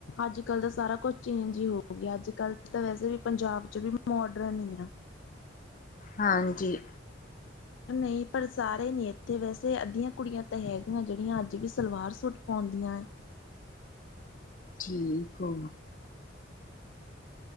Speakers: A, on the left; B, on the left.
A: ਅੱਜ ਕੱਲ੍ਹ ਦਾ ਸਾਰਾ ਕੁਛ ਚੇਂਜ ਹੀ ਹੋ ਗਿਆ। ਅੱਜ ਕੱਲ ਤਾਂ ਵੈਸੇ ਵੀ ਪੰਜਾਬ ਚ ਵੀ ਮੋਡਰਨ ਹੀ ਆ।
B: ਹਾਂਜੀ,
A: ਨਹੀਂ ਪਰ ਸਾਰੇ ਨ ਇੱਥੇ ਵੈਸੇ ਅੱਧੀਆਂ ਕੁੜੀਆਂ ਤਾਂ ਹੈਗੀਆਂ ਜਿਹੜੀਆਂ ਅੱਜ ਵੀ ਸਲਵਾਰ ਸੂਟ ਪਾਉਂਦੀਆਂ ਏ।
B: ਠੀਕ ਆ,